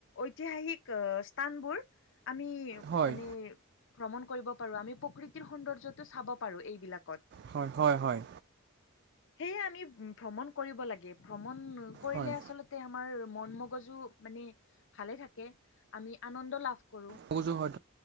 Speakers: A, on the left; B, on the right.
A: ঐতিহাসিক স্থানবোৰ আমি
B: হয়
A: মানে ভ্ৰমণ কৰিব পাৰো আমি প্ৰকৃতিৰ সৌন্দৰ্যতটো চাব পাৰো। এইবিলাকত
B: হয়-হয়-হয়।
A: সেয়ে আমি ভ্ৰমণ কৰিব লাগে। ভ্ৰমণ কৰিলে
B: হয়
A: আচলতে <unintelligible> আমাৰ মন মগজু মানে ভালে থাকে আমি আনন্দ লাভ কৰো।
B: মগজু হয়,